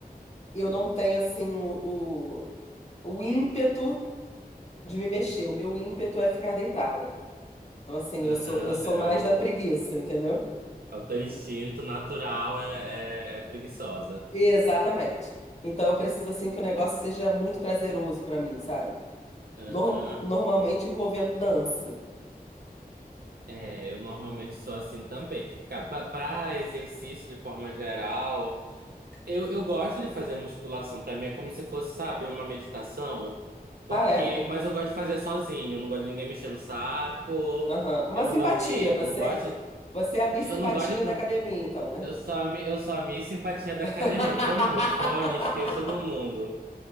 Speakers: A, on the left (about 45°); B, on the right (about 75°).
A: eu não tenho assim o, o, o ímpeto de me mexer. O meu ímpeto é ficar deitada. Então assim,
B: Aham,
A: eu sou eu sou
B: É
A: mais
B: o,
A: da preguiça, entendeu?
B: é o teu instinto natural, é, é, é preguiçosa.
A: Exatamente. Então eu preciso assim que o negócio seja muito prazeroso pra mim, sabe?
B: Aham.
A: Nor- normalmente envolvendo dança.
B: É, eu normalmente sou assim também. Cara, para exercício de forma geral. Eu, eu gosto de fazer musculação. Pra mim é como se fosse, sabe, uma meditação. Porque,
A: Ah, é?
B: mas eu gosto de fazer sozinho. Eu não gosto de ninguém mexendo no saco.
A: Aham. Uma
B: Eu
A: simpatia.
B: não gosto de,
A: Você,
B: eu não gosto,
A: você é a Miss
B: eu
A: Simpatia
B: não gosto de, pro-
A: da academia, então, né?
B: eu sou a, mi- eu sou a Miss Simpatia da
A: <laughs>
B: academia. Eu ponho meu fone e esqueço do mundo.